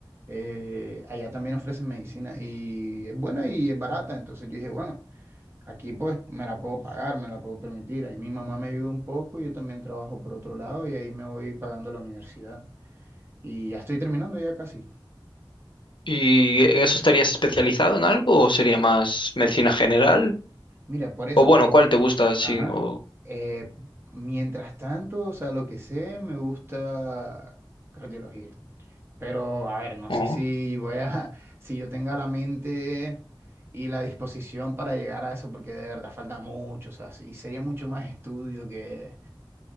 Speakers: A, on the right; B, on the left.
A: eh, allá también ofrecen medicina y es buena y es barata, entonces yo dije, bueno, aquí pues me la puedo pagar, me la puedo permitir, ahí mi mamá me ayuda un poco, yo también trabajo por otro lado y ahí me voy pagando la universidad. Y ya estoy terminando ya casi.
B: ¿Y en eso estarías especializado en algo o sería más medicina general?
A: Mira, por eso,
B: O bueno,
A: po-
B: ¿cuál te gusta? Sí,
A: ajá.
B: o...
A: Eh, mientras tanto, o sea, lo que sé, me gusta cardiología. Pero, a ver, no
B: o-
A: sé si voy a, <laughs> si yo tenga la mente y la disposición para llegar a eso, porque de verdad falta mucho, o sea, y sería mucho más estudio que,